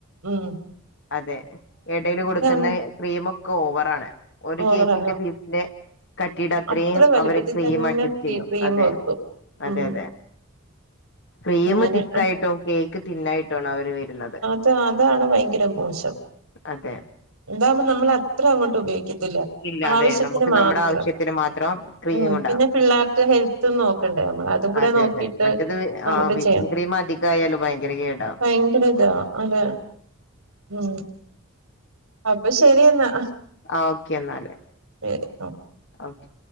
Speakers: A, on the right; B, on the left.
A: ഉം
B: അതെ എടേല് കൊട്ക്ക്ന്ന
A: ഇതാ
B: ക്രീമൊക്കെ ഓവറാണ്. ഒര്
A: ഓവറാണ്
B: കേക്കിന്റെ ബീസ്ന്ന് കട്ടിടെഅത്രം
A: അത്ര വലിപ്പത്തിൽ
B: അവര് ക്രീം
A: തന്നെ
B: അഡ്ജസ്റ്റെയ്യും
A: ഈ ക്രീം
B: അതെ
A: വെക്കും
B: അതെ
A: ഉം
B: അതെ. ക്രീം
A: അങ്ങനെ
B: തിക്കായിട്ടും കേക്ക് തിന്നായിട്ടും അവര് വരുന്നത്.
A: താ അതാണ് ഭയങ്കര മോശം.
B: അതെ.
A: ഇതാവുമ്പോ നമ്മള അത്ര അങ്ങോട്ട് ഉപയോഗിക്കത്തില്ല.
B: ഇല്ല
A: ആവശ്യത്തിന്
B: അതെ നമുക്ക്
A: മാത്രം
B: നമ്മുടെ ആവശ്യത്തിന് മാത്രം ക്രീം
A: ഉം
B: ഉണ്ടാവും
A: പിന്നെ പിള്ളേർക്ക് ഹെൽ ത്ത് നോക്കണ്ടേ നമ്മളെ അത് കൂടെ
B: അതെ
A: നോക്കിട്ട്
B: അതെ മറ്റത്
A: നമക്ക്
B: ആ വിപ്പിംഗ്
A: ചെയ്യാം
B: ക്രീം അധികയാല് ഭയങ്കര കേടാവും
A: ഭയങ്കരതാ. അതെ ഉംഅപ്പൊ ശരിന്നാ.
B: ആ ഓക്കെന്നാല്.
A: ശരി ഒ
B: ഓക്കെ.